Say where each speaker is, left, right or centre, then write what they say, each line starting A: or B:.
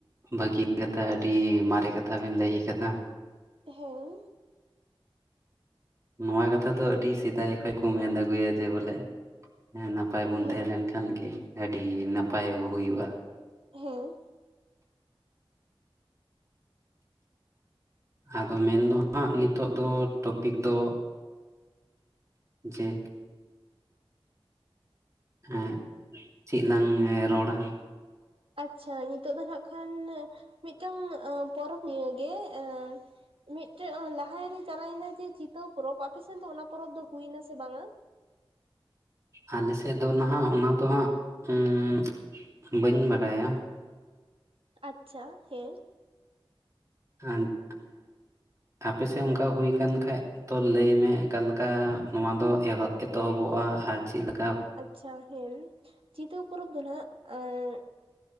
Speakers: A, on the right; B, on the right.
A: ᱵᱷᱟᱹᱜᱤ ᱠᱟᱛᱷᱟ, ᱟᱹᱰᱤ ᱢᱟᱨᱮ ᱠᱟᱛᱷᱟ ᱵᱮᱱ ᱞᱟᱹᱭ ᱟᱠᱟᱫᱟ᱾
B: ᱦᱮᱸ᱾
A: ᱱᱚᱣᱟ ᱠᱟᱛᱷᱟ ᱫᱚ ᱟᱹᱰᱤ ᱥᱮᱫᱟᱭ ᱠᱷᱚᱱ ᱠᱚ ᱢᱮᱱ ᱟᱹᱜᱩᱭᱟ ᱡᱮ ᱵᱚᱞᱮ ᱱᱟᱯᱟᱭ ᱵᱚᱱ
B: ᱦᱮᱸ
A: ᱛᱟᱦᱮᱸᱞᱮᱱᱠᱷᱟᱱ ᱜᱮ ᱟᱹᱰᱤ ᱱᱟᱯᱟᱭ ᱦᱩᱭᱩᱜᱼᱟ᱾
B: ᱦᱮᱸ᱾
A: ᱟᱫᱚ ᱢᱮᱱᱫᱚ ᱦᱟᱸᱜ ᱱᱤᱛᱚᱜ ᱫᱚ ᱴᱚᱯᱤᱠ ᱫᱚ ᱡᱮ ᱦᱮᱸ ᱪᱮᱫ ᱞᱟᱝ ᱨᱚᱲᱟ?
B: ᱟᱪᱪᱷᱟ ᱱᱤᱛᱚᱜ ᱫᱚ ᱱᱟᱜ ᱠᱷᱟᱱ ᱢᱤᱫᱴᱟᱝ ᱯᱚᱨᱚᱵᱽ ᱱᱤᱭᱟᱹ ᱜᱮ ᱮ ᱢᱤᱫᱴᱮᱡ ᱞᱟᱦᱟᱨᱮ ᱪᱟᱞᱟᱣᱮᱱ ᱡᱮ ᱪᱤᱛᱟᱹᱣ ᱯᱚᱨᱚᱵᱽ, ᱟᱯᱮᱥᱮᱫ ᱫᱚ ᱚᱱᱟ ᱯᱚᱨᱚᱵᱽ ᱫᱚ ᱦᱩᱭᱱᱟ ᱥᱮ ᱵᱟᱝᱟ?
A: ᱟᱞᱮᱥᱮᱫ ᱫᱚ ᱱᱟᱦᱟᱜ ᱚᱱᱟ ᱫᱚ ᱦᱟᱸᱜ ᱩᱸᱜ ᱵᱟᱹᱧ ᱵᱟᱰᱟᱭᱟ᱾
B: ᱟᱪᱪᱷᱟ ᱦᱮᱸ᱾
A: <unintelligible> ᱟᱯᱮ ᱥᱮᱫ ᱚᱱᱠᱟ ᱦᱩᱭ ᱠᱟᱱ ᱠᱷᱟᱡ ᱛᱚ ᱞᱟᱹᱭᱢᱮ ᱮᱠᱟᱞᱮᱠᱟ ᱱᱚᱣᱟ ᱫᱚ ᱮᱦᱚᱵ ᱮᱛᱚᱦᱚᱵᱚᱜᱼᱟ ᱟᱨ ᱪᱮᱫ ᱞᱮᱠ
B: ᱟᱪᱪᱷᱟ ᱦᱮᱸ ᱪᱤᱛᱟᱹᱣ ᱯᱚᱨᱚᱵᱽ ᱫᱚ ᱱᱟᱦᱟᱜ ᱟᱸᱜ